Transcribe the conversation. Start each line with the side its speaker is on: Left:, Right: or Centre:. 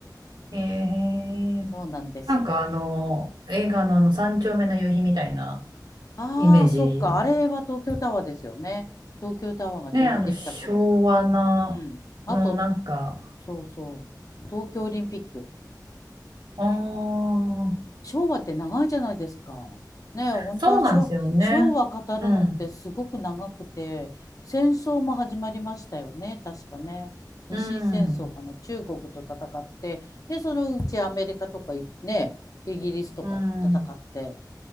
Right: あ、へえ。
Left: そうなんですよ。
Right: なんかあの、映画のあの、三丁目の夕日みたいな
Left: ああ、
Right: イメージ。
Left: そっか。あれは東京タワーですよね。東京タワーがちょうどできた頃。
Right: ね、あの、昭和な、
Left: うん。
Right: のなんか、
Left: あと、そうそう。東京オリンピック。
Right: ああ、
Left: 昭和って長いじゃないですか。ねえ、本当は昭、
Right: そうなんですよね。
Left: 昭和語るのってすごく長くて、
Right: うん、
Left: 戦争も始まりましたよね、確かね。日清戦争かな、
Right: うん、
Left: 中国と戦って、で、そのうちアメリカとかいね、イギリスとかと戦って、
Right: うん、うん、